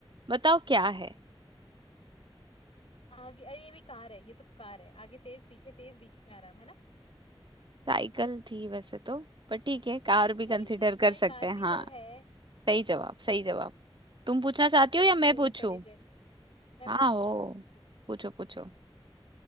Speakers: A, on the right; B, on the left.
A: बताओ क्या है
B: आगे अरे ये भी कार है ये तो कार है आगे तेज पीछे तेज बीच में आराम है ना
A: साइकिल थी वैसे तो पर ठीक है कार भी
B: लेकिन
A: कंसिडर
B: ठीक
A: कर
B: है
A: सकते
B: कार
A: हैं
B: भी
A: हाँ
B: तो है
A: सही जवाब सही जवाब तुम पूछना चाहती
B: मैं
A: हो या
B: तो
A: मैं
B: इंटेलिजेंट
A: पूछूं
B: मैं
A: हाँ
B: पूछती
A: हो
B: हूँ मैं पूछती हूँ
A: पूछो पूछो